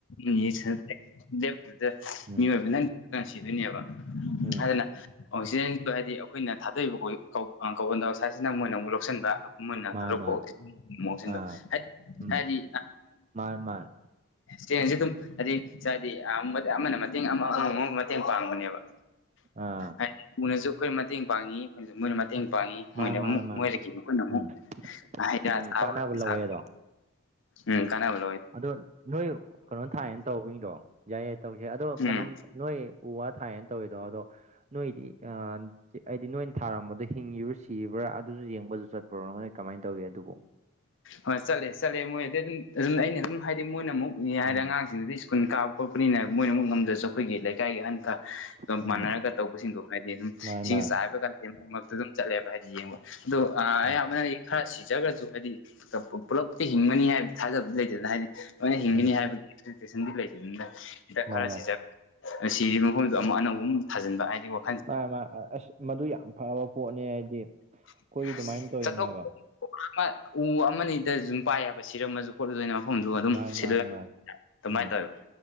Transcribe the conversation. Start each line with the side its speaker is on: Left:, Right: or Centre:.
Left: ꯎꯝ ꯌꯦ ꯂꯦꯞꯈꯤꯕꯗ
Right: ꯎꯝ
Left: ꯃꯤꯑꯣꯏꯕ ꯅꯪ ꯁꯤꯗꯣꯏꯅꯦꯕ
Right: ꯎꯝ
Left: ꯑꯗꯨꯅ ꯑꯣꯛꯁꯤꯖꯦꯟꯗꯣ ꯍꯥꯏꯗꯤ ꯑꯩꯈꯣꯏꯅ ꯊꯥꯗꯣꯛꯏꯕ ꯑꯩꯈ ꯀꯟꯗꯥ ꯁ꯭ꯋꯥꯏꯁꯤꯅ ꯃꯣꯏꯅ ꯑꯃꯨꯛ ꯂꯧꯁꯤꯟꯕ ꯃꯨꯟꯅꯁꯤꯡꯗ
Right: ꯃꯥꯅꯤ ꯃꯥꯅꯤ ꯑꯥ
Left: ꯍꯥꯏꯗꯤ
Right: ꯎꯝ
Left: ꯍꯥꯏꯗꯤ
Right: ꯃꯥꯅꯤ ꯃꯥꯅꯤ
Left: ꯆꯦꯟꯁꯦ ꯑꯗꯨꯝ ꯍꯥꯏꯗꯤ ꯍꯥꯏꯗꯤ ꯑꯃꯅ ꯃꯇꯦꯡ ꯑꯃ ꯑꯃ ꯑꯃ ꯃꯇꯦꯡ ꯄꯥꯡꯕꯅꯦꯕ
Right: ꯑꯥ
Left: ꯍꯥꯏꯗꯤ ꯎꯅꯁꯨ ꯑꯩꯈꯣꯏ ꯃꯇꯦꯡ ꯄꯥꯡꯉꯤ ꯑꯩꯈꯣꯏꯅꯁꯨ ꯃꯣꯏꯅ ꯃꯇꯦꯡ ꯄꯥꯡꯉꯤ
Right: ꯃꯥꯅꯤ
Left: ꯃꯣꯏꯅ
Right: ꯃꯥꯅꯤ
Left: ꯑꯃꯨꯛ
Right: ꯃꯥꯅꯤ
Left: ꯃꯣꯏꯗꯒꯤ ꯑꯩꯈꯣꯏꯅ ꯑꯃꯨꯛ
Right: ꯎꯝ
Left: ꯍꯩꯔꯥ
Right: ꯎꯝ
Left: ꯆꯥꯕ
Right: ꯀꯥꯟꯅꯕ
Left: ꯄꯤꯖꯥꯛ
Right: ꯂꯧꯋꯦ ꯑꯗꯣ
Left: ꯎꯝ ꯀꯥꯟꯅꯕꯗꯣ
Right: ꯑꯗꯣ ꯅꯣꯏ ꯀꯩꯅꯣ ꯊꯥꯏꯌꯦꯅ ꯇꯧꯕꯩꯗꯣ ꯌꯥꯏ ꯌꯥꯏ ꯇꯧꯁꯦ ꯑꯗꯣ
Left: ꯎꯝ
Right: ꯀꯩꯅꯣꯝ
Left: ꯎꯝ
Right: ꯅꯣꯏ ꯎ ꯋꯥ ꯊꯥꯏꯌꯦꯅ ꯇꯧꯋꯤꯗꯣ ꯑꯗꯣ ꯅꯣꯏꯗꯤ ꯑꯥ ꯍꯥꯏꯗꯤ ꯅꯣꯏꯅ ꯊꯥꯔꯝꯕꯗꯣ ꯍꯤꯡꯉꯤꯕ꯭ꯔꯣ ꯁꯤꯕ꯭ꯔꯥ ꯑ ꯑꯗꯨꯁꯨ ꯌꯦꯡꯕꯁꯨ ꯆꯠꯄ꯭ꯔꯣ ꯅꯪꯣꯏꯅ ꯀꯃꯥꯏꯅ ꯇꯧꯒꯦ ꯑꯗꯨꯕꯨ
Left: ꯍꯣꯏ ꯆꯠꯂꯦ ꯆꯠꯂꯦ ꯃꯣꯏꯗꯤ ꯑꯗꯨꯝ ꯑꯗꯨꯝ ꯑꯩꯅ ꯑꯗꯨꯝ ꯍꯥꯏꯗꯤ ꯃꯣꯏꯅ ꯑꯃꯨꯛ ꯏ ꯍꯥꯏꯔꯦ
Right: ꯎꯝ
Left: ꯑꯉꯥꯡꯁꯤꯡꯗꯨꯗꯤ ꯁꯀꯨ ꯀꯥꯕ ꯈꯣꯠꯄꯅꯦꯅ ꯃꯣꯏꯅꯃꯛ ꯉꯝꯖꯁꯨ ꯑꯩꯈꯣꯏꯒꯤ ꯂꯩꯀꯥꯏꯒꯤ ꯑꯍꯟ ꯈ
Right: ꯎꯝ
Left: ꯃꯥꯟꯅꯔꯒ ꯇꯧꯕꯁꯤꯡꯗꯣ ꯍꯥꯏꯗꯤ ꯑꯗꯨꯝ
Right: ꯃꯥꯅꯦ
Left: ꯏꯁꯤꯡ
Right: ꯃꯥꯅꯦ
Left: ꯆꯥꯏꯕꯒ ꯑꯗꯨꯝ ꯆꯠꯂꯦꯕ ꯍꯥꯏꯗꯤ ꯌꯦꯡꯕ ꯑꯗꯣ
Right: ꯎꯝ
Left: ꯑꯌꯥꯝꯕꯅꯗꯤ ꯈꯔ ꯁꯤꯖꯈ꯭ꯔꯁꯨ ꯍꯥꯏꯗꯤ ꯄꯨꯜꯂꯞꯇꯤ ꯍꯤꯡꯒꯅꯤ ꯍꯥꯏꯕ ꯊꯥꯖꯕꯗꯤ ꯂꯩꯇꯦꯗꯅ ꯍꯥꯏꯗꯤ ꯂꯣꯏꯅ ꯍꯤꯡꯒꯅꯤ
Right: ꯎꯝ
Left: ꯍꯥꯏꯕꯒꯤ ꯁꯟꯗꯤ ꯂꯩꯇꯦꯗꯨꯗ ꯍꯤꯗꯥꯛ
Right: ꯃꯥꯅꯦ
Left: ꯈꯔ
Right: ꯃꯥꯅꯦ
Left: ꯁꯤꯖꯕ ꯁꯤꯔꯤꯕ ꯃꯐꯝꯗꯣ ꯑꯃꯨꯛ ꯑꯅꯧꯕ ꯑꯃꯨꯛ ꯊꯥꯖꯤꯟꯕ ꯍꯥꯏꯗꯤꯀ
Right: ꯃꯥ ꯃꯥ ꯑꯁ ꯃꯗꯨ ꯌꯥꯝ ꯐꯕ ꯄꯣꯠꯅꯤ ꯍꯥꯏꯗꯤ
Left: <unintelligible>
Right: ꯑꯩꯈꯣꯏꯁꯨ ꯑꯗꯨꯃꯥꯏꯅ ꯇꯧꯔꯤꯅꯦꯕ
Left: ꯄꯨꯜꯂꯦꯅ ꯃꯐꯝꯗꯨ ꯑꯗꯨꯝ
Right: ꯃꯥꯅꯦ
Left: ꯁꯤꯜꯂꯒ
Right: ꯃꯥꯅꯦ
Left: ꯑꯗꯨꯃꯥꯏꯅ
Right: ꯃꯥꯅꯦ ꯎꯝ
Left: ꯇꯧꯋꯦꯕ